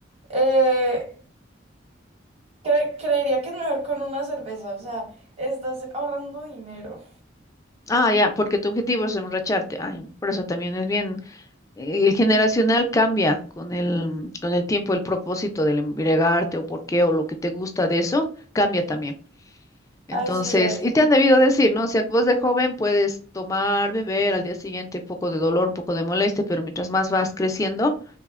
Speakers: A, on the right; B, on the left.
A: Eh, cre- creería que es mejor con una cerveza, o sea, estás ahorrando dinero.
B: Ah, ya, porque tu objetivo es emborracharte. Ay, por eso también es bien. eh, El generacional cambia con el, con el tiempo, el propósito del embriagarte o por qué o lo que te gusta de eso, cambia también. Entonces,
A: Así es.
B: y te han debido decir, ¿no? O sea, vos de joven puedes tomar, beber, al día siguiente un poco de dolor, un poco de molestia, pero mientras más vas creciendo,